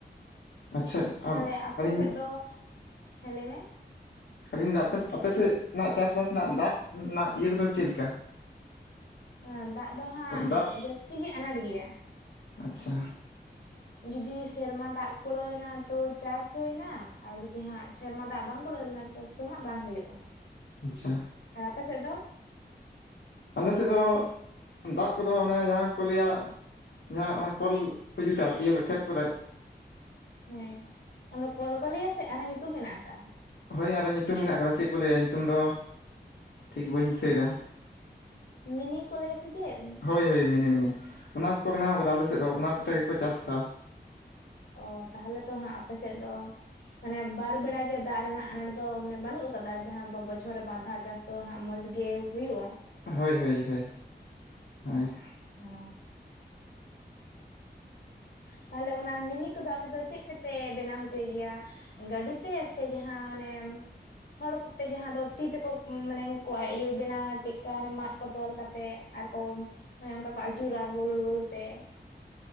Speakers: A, on the left; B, on the left.
A: ᱟᱪᱪᱷᱟ ᱟᱨ
B: ᱛᱟᱦᱚᱞᱮ ᱟᱯᱮ
A: ᱟᱹᱰᱤ
B: ᱥᱮᱫ ᱫᱚ ᱦᱮᱸ ᱞᱟᱹᱭ ᱢᱮ
A: ᱟᱹᱞᱤᱧ ᱫᱚ ᱟᱯᱮ ᱟᱯᱮ ᱥᱮᱫᱱᱟᱜ ᱪᱟᱥᱵᱟᱥ ᱨᱮᱱᱟᱜ ᱫᱟᱜ ᱨᱮᱱᱟᱜ ᱤᱭᱟᱹ ᱠᱚᱫᱚ ᱪᱮᱫᱞᱮᱠᱟ?
B: ᱮ ᱫᱟᱜ ᱫᱚ ᱦᱟᱸᱜ
A: ᱫᱟᱜ
B: ᱡᱟᱹᱥᱛᱤ ᱜᱮ ᱟᱱᱟᱴ ᱜᱮᱭᱟ᱾
A: ᱟᱪᱪᱷᱟ
B: ᱡᱩᱫᱤ ᱥᱮᱨᱢᱟ ᱫᱟᱜ ᱠᱩᱲᱟᱹᱣᱱᱟ ᱛᱚ ᱪᱟᱥ ᱦᱩᱭᱱᱟ, ᱟᱨ ᱡᱩᱫᱤ ᱦᱟᱸᱜ ᱥᱮᱨᱢᱟ ᱫᱟᱜ ᱵᱟᱝ ᱠᱩᱲᱟᱹᱣ ᱞᱮᱱᱟ ᱪᱟᱥ ᱫᱚ ᱦᱟᱸᱜ ᱵᱟᱝ ᱦᱩᱭᱩᱜᱼᱟ᱾
A: ᱟᱪᱪᱷᱟ ᱾
B: ᱟᱨ ᱟᱯᱮ ᱥᱮᱫ ᱫᱚ
A: ᱟᱞᱮ ᱥᱮᱫ ᱫᱚ ᱫᱟᱜ ᱠᱚᱫᱚ ᱚᱱᱮ ᱡᱟᱦᱟᱸ ᱠᱚ ᱞᱟᱹᱭᱟ ᱡᱟᱦᱟᱸ ᱚᱱᱟ ᱠᱚᱞ ᱠᱚ ᱡᱩᱛᱟ ᱤᱭᱟᱹ ᱠᱚ ᱠᱷᱮᱛ ᱠᱚᱨᱮ
B: ᱦᱮᱸ ᱟᱫᱚ ᱠᱚᱞ ᱠᱚ ᱞᱟᱹᱭᱟ ᱥᱮ ᱟᱨᱦᱚᱸ ᱧᱩᱛᱩᱢ ᱢᱮᱱᱟᱜ ᱟᱠᱟᱜᱼᱟ?
A: ᱦᱳᱭ ᱟᱫᱚ ᱧᱩᱛᱩᱢ ᱢᱮᱱᱟᱜ ᱟᱠᱟᱫᱟ ᱪᱮᱫ ᱠᱚ ᱞᱟᱹᱭᱟ, ᱧᱩᱛᱩᱢ ᱫᱚ ᱴᱷᱤᱠ ᱵᱟᱹᱧ ᱫᱤᱥᱟᱹᱭᱮᱫᱟ᱾
B: ᱢᱤᱱᱤ ᱠᱚ ᱞᱟᱹᱭ ᱟᱥᱮ ᱪᱮᱫ
A: ᱦᱳᱭ ᱦᱳᱭ ᱢᱤᱱᱤ ᱼ ᱢᱤᱱᱤ ᱚᱱᱟ ᱠᱚᱠᱚ ᱵᱮᱱᱟᱣ ᱟᱠᱟᱫᱟ ᱟᱞᱮᱥᱮᱫ ᱫᱚ ᱚᱱᱟ ᱠᱚᱛᱮ ᱜᱮᱠᱚ ᱪᱟᱥᱟ ᱟᱠᱟ᱾
B: ᱚ ᱛᱟᱦᱚᱞᱮ ᱛᱚ ᱦᱟᱸᱜ ᱟᱯᱮ ᱥᱮᱫ ᱫᱚ ᱢᱟᱱᱮ ᱵᱟᱨ ᱵᱮᱲᱟ ᱜᱮ ᱫᱟᱜ ᱨᱮᱱᱟᱜ ᱟᱱᱟᱴ ᱫᱚ ᱢᱟᱱᱮ ᱵᱟᱹᱱᱩᱜ ᱟᱠᱟᱫᱟ ᱡᱟᱦᱟᱸ ᱵᱚᱪᱷᱚᱨ ᱨᱮ ᱵᱟᱫᱷᱟ ᱪᱟᱥ ᱛᱚ ᱦᱟᱸᱜ ᱢᱚᱡᱽ ᱜᱮ ᱦᱩᱭᱩᱜᱼᱟ᱾
A: ᱦᱳᱭ ᱦᱳᱭ ᱦᱳᱭ ᱦᱳᱭ
B: <inaudible> ᱛᱟᱦᱚᱞᱮ ᱚᱱᱟ ᱢᱤᱱᱤ ᱠᱚᱫᱚ ᱟᱯᱮ ᱫᱚ ᱪᱮᱫ ᱛᱮᱯᱮ ᱵᱮᱱᱟᱣ ᱦᱚᱪᱚᱭ ᱜᱮᱭᱟ? ᱜᱟᱹᱰᱤ ᱛᱮ ᱥᱮ ᱡᱟᱦᱟᱸ ᱟᱱᱮ ᱦᱚᱲ ᱠᱚᱛᱮ ᱡᱟᱦᱟᱸ ᱫᱚ ᱛᱤ ᱛᱮᱠᱚ ᱢᱟᱱᱮ ᱠᱚ ᱤᱭᱟᱹ ᱵᱮᱱᱟᱣᱼᱟ, ᱪᱮᱫᱠᱟᱮ ᱢᱟᱜ ᱠᱚ ᱛᱚᱞ ᱠᱟᱛᱮᱮᱫ ᱟᱨ ᱠᱚᱢ ᱚᱱᱮ ᱚᱱᱠᱟ ᱠᱚ ᱟᱪᱩᱨᱟ ᱜᱳᱞ ᱜᱳᱞ ᱛᱮ᱾